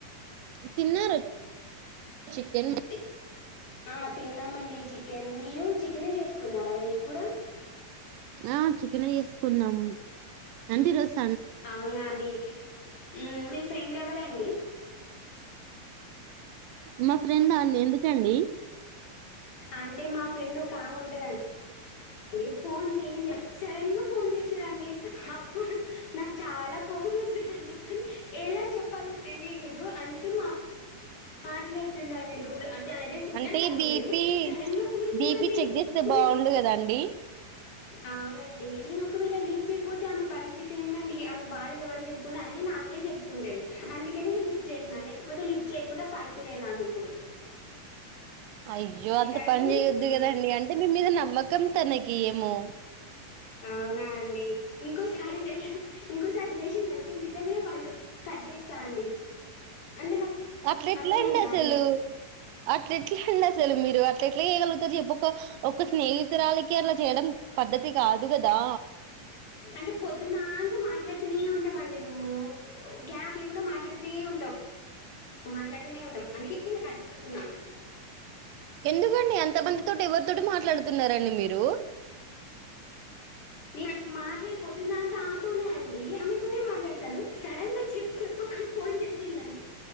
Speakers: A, on the right; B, on the left.
A: తిన్న ర చికెన్
B: తి ఆ తిన్నామండి చికెన్ మీరు చికెనే చేసుకున్నారా మీరు కూడా
A: ఆ చికెనే చేస్ కున్నాం అంటీ రోస్
B: అవునా అండి ఉం మీ ఫ్రెండ్ ఎవరండి
A: మా ఫ్రెండండి ఎందుకండి
B: అంటే మా ఫ్రెండ్ ఒక ఆమె ఉంటదండి ఫోన్ చెయండి సడన్ గా ఫోన్ చేస్థదండి అప్పుడు నాకు చాలా కోపం వస్తదండి కానీ ఎలా చెప్పాలో తెలియలేదు అందుకే మా మాట్లాడుతున్నా నేన్ గు లో అంటే ఆమే దగ్గర సిగ్నల్
A: అంటే
B: తక్కుఉంటది
A: బీపీ
B: సడన్ గా ఫోన్ చేసిందండి
A: బీపీ చెక్ చేస్తే
B: ఇప్పుడు
A: బాగుండు
B: నీ
A: కదండి
B: అవునండి నేను ఒకవేళ లిఫ్ట్ చేయకపోతే ఆమె పరిస్థితి ఏందండి ఆమె బాధలు ఎవరికి చెప్పుకున్న అన్ని నాకే చెప్పుకుంటది అందుకని ఇగ లిఫ్ట్ చేసినా లేకపోతే లిఫ్ట్ చేయకుండా పడుకునేదాన్ని ఇప్పుడు
A: అయ్యో అంత
B: ఈ టైంలో
A: పని
B: నేను
A: చేయొద్దు
B: మ్మ్.
A: కదండి అంటే మీ మీద నమ్మకం తన ఎమో
B: అవునా అండి ఇంకోసారి చేయ ఇంకోసారి చేసిందింటే నిజంగాే పండు కట్ చేస్తా అండి అంటే నాకు
A: అట్ల ఎట్లా
B: అర్థమైందా
A: అసలు
B: అండి
A: అట్ల ఎట్ల అండి అసలు మీరు అట్ల ఎట్లే చేయగలుగుతారు చెప్పక ఒక్క స్నేహితురాలికి అలా చేయడం పద్ధతి కాదు కదా
B: అంటే పొద్దున్నక మాట్లాడుతూనే ఉంటాం అండి మేము గ్యాప్ లేకుండా మాట్లాడుతూనే ఉంటాం మాట్లాడుతూనే ఉంటాం అందుకే ఇంకా కడ్చేస్తున్నాను
A: ఎందుకండి అంత బందితోటి ఎవరితోటి మాట్లాడుతున్నారండి మీరు
B: న మాట్లాడిపోద్దుందాక ఆమె తోనే అండి ఆమెతోనే మాట్లాడతాను సడన్ గా చెప్పు చెప్పకుడా ఫోన్ చేసిందండి